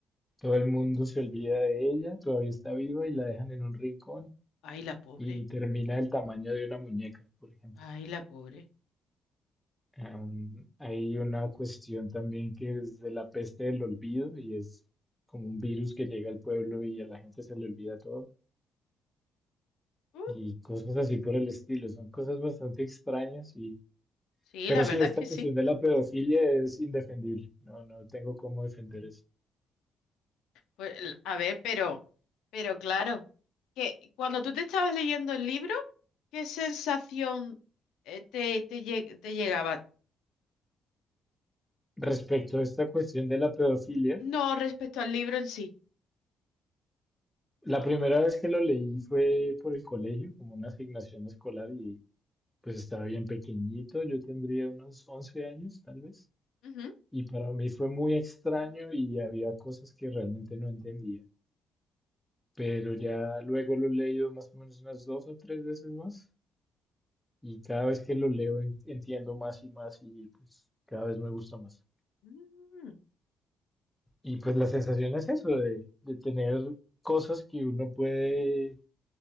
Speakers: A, in the centre; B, on the left (about 80°).
A: todo el mundo se olvida de ella, todavía está viva y la dejan en un rincón
B: Ay, la pobre.
A: y termina del tamaño de una muñeca, por ejemplo.
B: Ay, la pobre.
A: Am, hay una cuestión también que es de la peste del olvido y es como un virus que llega al pueblo y a la gente se le olvida todo
B: Uh,
A: y cosas así por el estilo. Son cosas bastante extrañas y...
B: sí,
A: Pero
B: la verdad
A: sí, esta
B: es que
A: cuestión
B: sí.
A: de la pedofilia es indefendible. No, no tengo cómo defender
B: Mm.
A: eso.
B: Pues, l- a ver, pero, pero claro, que cuando tú te estabas leyendo el libro, ¿qué sensación eh, te, te, lle- te llegaba?
A: Respecto a esta cuestión de la pedofilia,
B: No respecto al libro en sí.
A: la primera vez que lo leí fue por el colegio, como una asignación escolar, y pues estaba bien pequeñito, yo tendría unos 11 años tal vez,
B: Ujú.
A: y para mí fue muy extraño y había cosas que realmente no entendía, pero ya luego lo he leído más o menos unas dos o tres veces más, y cada vez que lo leo en- entiendo más y más y pues cada vez me gusta más.
B: Mm,
A: Y pues la sensación es eso, de, de tener cosas que uno puede